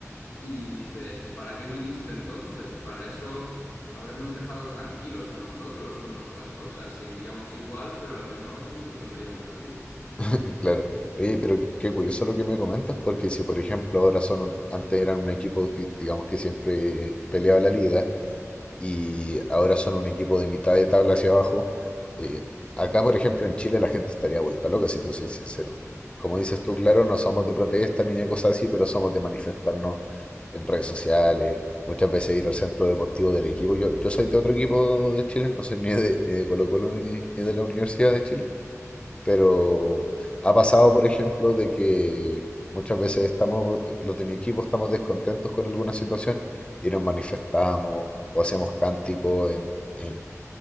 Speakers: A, on the left; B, on the left.
A: Y dices, ¿para qué viniste entonces? Para eso, habernos dejado tranquilos a nosotros con nuestras cosas. Seguiríamos igual, pero al menos no te tendríamos a ti.
B: <laughs> claro. Oye, pero qué curioso lo que me comentas, porque si por ejemplo ahora son, un- antes eran un equipo que digamos que siempre peleaba la liga, y
A: Mm,
B: ahora son un equipo de mitad de tabla hacia abajo. Eh, acá, por ejemplo, en Chile la gente estaría vuelta loca, si te soy sincero. Como dices tú, claro, no somos de protesta ni de cosas así, pero somos de manifestarnos en redes sociales, muchas veces ir al centro deportivo del equipo. Yo, yo soy de otro equipo de Chile, no soy ni de, ni de Colo Colo ni, ni de la Universidad de Chile pero ha pasado, por ejemplo, de que muchas veces estamos, los de mi equipo estamos descontentos con alguna situación y nos manifestamos o hacemos cánticos en, en-